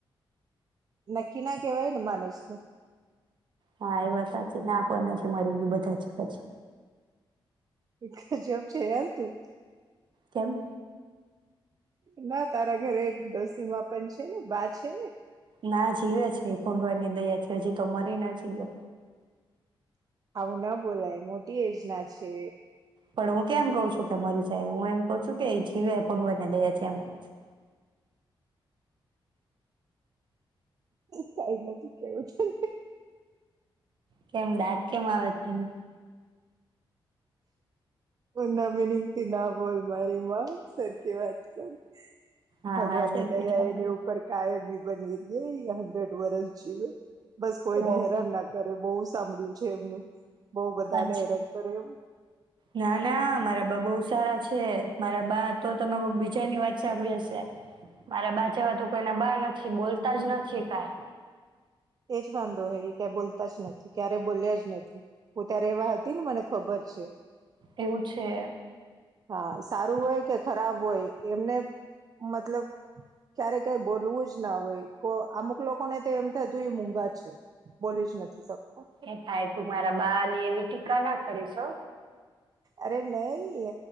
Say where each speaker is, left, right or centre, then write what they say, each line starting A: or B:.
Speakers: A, on the right; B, on the right.
A: નક્કી ના કવાય ને માનસનું.
B: હા એ વાત સાચી ના કોઈ નથી મરી ગયું બધા જીવે છે.
A: એ ગજબ છે યાર તું.
B: કેમ?
A: ના તારા ઘરે એક ડોસીમા પણ છે ને બા છે ને?
B: ના જીવે છે ભગવાનની દયા થી હજી તો મરી ના જીવે.
A: આવું ન બોલાય મોટી એજના છે.
B: પણ હું કેમ કઉ છું કે મરી જાય હું એમ કઉ છું કે એ જીવે ભગવાનને દયા છે એમ કવ છું.
A: કઈ નથી કેવું તને.
B: કેમ દાંત કેમ આવે છે તને?
A: ઊંધા મિનિંગ થી ના બોલ મારી માં સરખી વાત કર.
B: હા
A: ભગવાનની
B: હા સરખી
A: દયા
B: જ વાત
A: એની
B: કરું.
A: ઉપર કાયમ બની રહી હંડ્રેડ વરસ જીવે બસ કોઈ
B: ઓ
A: નને હેરાન ના કરે બહુ સાંભળ્યું છે એમનું બઉ બધાને
B: અચ્છા
A: હેરાન કરે એમ
B: ના, ના, મારા બા બહુ સારા છે મારા બા તો તમે કોઈ બીજાની વાત સાંભળી હશે, મારા બા જેવા તો કોઈના બા નથી બોલતા જ નથી કાઈ
A: તેજ બંધ હોય એ ક્યા બોલતા જ નથી ક્યારે બોલ્યા જ નથી, હું ત્યારે એવા હતી ને મને ખબર છે
B: એવું છે
A: હા સારું હોય કે ખરાબ હોય એમને મતલબ ક્યારે કઈ બોલવું જ ના હોય, કો અમુક લોકોને તો એમ થતું મૂગા છે, બોલી જ નથી શકત
B: એ ભાઈ તું મારા બા ની એવી ટીકા ના કરીશો
A: અરે નહી